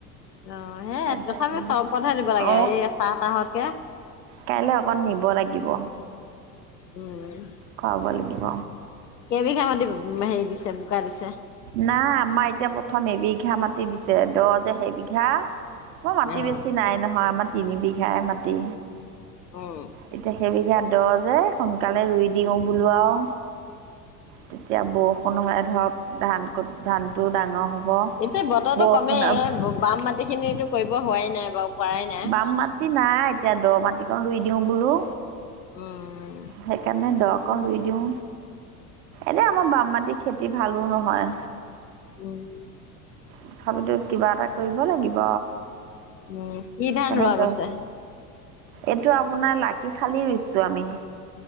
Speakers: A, on the left; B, on the right.
A: অ' সেইয়াই
B: এটা
A: তথাপিও
B: বিল-
A: চৰবত হে দিব লাগে
B: অ'
A: এই চাহ তাহতকে।
B: কাইলৈ অকণ দিব লাগিব।
A: উম।
B: খোৱাব লাগিব।
A: কেবিঘা মাটি হেৰি দিছে, বোকা দিছে?
B: নাই আমাৰ এতিয়া প্ৰথম এবিঘা মাটি দিছে দ' যে, সেইবিঘা মই মাটি
A: অ'।
B: বেছি নাই নহয়, আমাৰ তিনি বিঘ সেয়াই মাটি
A: উম,
B: এতিয়া সেইবিঘাত দহ যে। সোনকালে ৰুই দিওঁ বোলো আৰু। তেতিয়া বৰষুণলে ধৰক ধান ক'ত ধান টো ডাঙৰ হ'ব।
A: এতিয়া বতৰো
B: বৰষুণ
A: কমেই বাম মাটি খিনিটো কৰিব হোৱাই নাই। বাৰু পৰাই নাই।
B: বাম মাটি নাই এতিয়া দ' মাটি লৈ দিওঁ বোলো।
A: উম,
B: সেইকাৰণে দক কৰিই দিওঁ এনেই আমাৰ বাম মাটিৰ খেতি ভালো নহয়।
A: উম।
B: তথাপিতো কিবা এটা কৰিব লাগিব।
A: উম, কি ধান
B: সেইকাৰণে
A: ৰোৱা
B: দহ
A: গৈছে?
B: এইটো আপোনাৰ লাকি হালী ৰুইছো আমি।